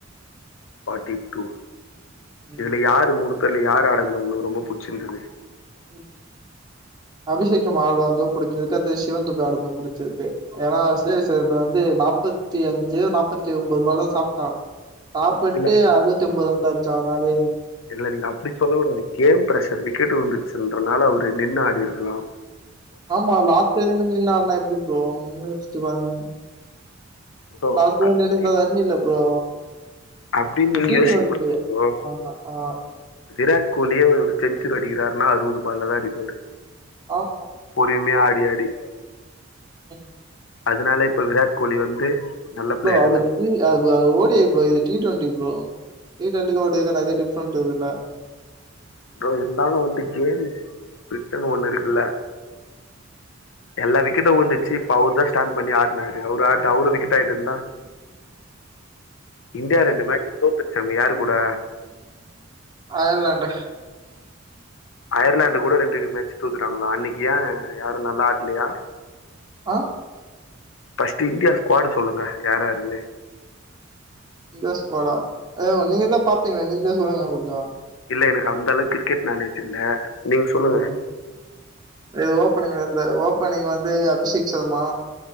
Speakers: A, on the left; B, on the right.
A: forty two
B: ம்.
A: இதுல யாரு மூணு பேர்ல யார் ஆடந்து உங்களுக்கு ரொம்ப புடிச்சிந்தது
B: ம் அபிஷேக் ஷர்மா ஆடறது புடிச்சிருக்கு அடுத்து சிவன் துபே ஆடறது புடிச்சிருக்கு ஏன்னா ஸ்ரேஸ் ஐயர் வந்து நாப்பத்தி அஞ்சு நாப்பத்தி ஒன்பதுலோ சாப்ட்டா சாப்ட்டு
A: இல்ல
B: அதுத்தொபது வந்துச்சா தனாலு
A: இல்ல நீங்க அப்டி சொல்ல கூடாது கேம் பிரஷர் விக்கெட் வுழுந்துச்சன்றனால அவரு நின்னு ஆடிருக்கலாம்
B: ஆமா லாஸ்ட் வரயுலு நின்னு ஆடனா எப்டி ப்ரோ ஒன்னு வச்சட்டு பாருங்க
A: ப்ரோ
B: லாஸ்ட் வர
A: அப்டின்னு
B: நின்னிருந்தா ரன் இல்ல ப்ரோ
A: அப்டின்னு
B: இது
A: நீங்க
B: டி
A: யோசிக்க
B: டுவென்டி
A: கூடாதுப் ப்ரோ
B: ஆமா ஆ
A: விராட் கோலியே ஒரு செஞ்சூரி அடிக்கிறாருன்னா அறுவது பால்ல தா அடிப்பாரு
B: ஆமா
A: பொரிமையா ஆடி ஆடி
B: ம்
A: அதனால இப்ப விராட் கோலி வந்து நல்ல பிளேயர்
B: ப்ரோ அது
A: இல்லைன்னு சொல்ல
B: டி
A: முடியுமா
B: அது அது <unintelligible> ப்ரோ இது டி டுவெண்டி ப்ரோ டி டுவெண்டிக்கு ஓன்டேக்கு நெறைய டிஃப்ரெண்ட் இருக்கில்ல
A: புரோ இருந்தாலு வந்து கேம் பிரிட்டன்னு ஒன்னு இருக்குல்ல எல்லா விக்கெட்டும் உந்துச்சு இப்ப அவர்தா ஸ்டாண்ட் பண்ணி ஆட்னாரு அவரு ஆ அவரு விக்கெட் ஆயிட்டு இருந்தா இந்தியா ரெண்டு மேட்ச தோத்துருச்சமே யாரு கூட
B: அயர்லாண்டு்
A: அயர்லாண்ட் கூட ரெண்டு மேட்ச் தேத்துட்டாங்களா அன்னைக்கு ஏ யாரு நல்ல ஆடலயா
B: ஆ
A: ஃப்ர்ஸ்ட் இந்தியா ஸ்குவாடு சொல்லுங்க யார் யாருன்னு
B: இந்திய ஸ்குவாடா அ நீங்க தா பாப்பீங்களா நீங்களே சொல்லுங்க கொஞ்சோ
A: இல்ல எனக்கு அந்த அளவுக்கு கிரிக்கெட் நாலேஜ் இல்ல நீங்க சொல்லுங்க
B: ம் இது ஓப்பனிங் இருந்த ஓபனிங் வந்து அபிஷேக் சர்மா